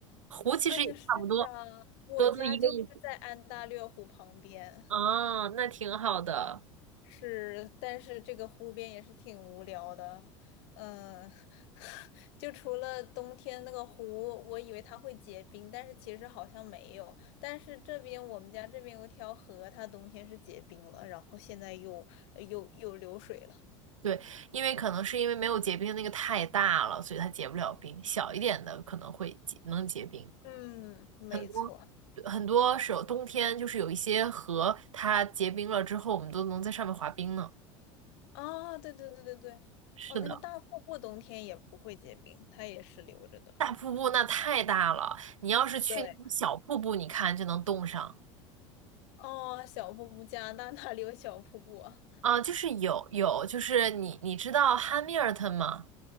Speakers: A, on the right; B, on the left.
A: 湖其实也差不多，
B: 啊，也是啊，我家就是在安大略湖旁边，
A: 都都一个意思。啊，那挺好的。
B: 是，但是这个湖边也是挺无聊的，嗯，<laughs> 就除了冬天那个湖，我以为它会结冰，但是其实好像没有。但是这边我们家这边有一条河，它冬天是结冰了，然后现在又呃又又流水了。
A: 对，因为可能是因为没有结冰的那个太大了，所以它结不了冰。小一点的可能会结，能结冰。
B: 嗯，没错。
A: 很多很多时候冬天就是有一些河，它结冰了之后，我们都能在上面滑冰呢。
B: 啊，对对对对对，
A: 是的，
B: 哦，那个大瀑布冬天也不会结冰，它也是流着的。
A: 大瀑布那太大了，你要是去那种小瀑布，
B: 对，
A: 你看就能冻上。
B: 哦，小瀑布，加拿大哪里有小瀑布啊
A: 啊，就是有有，就是你你知道汉密尔顿吗？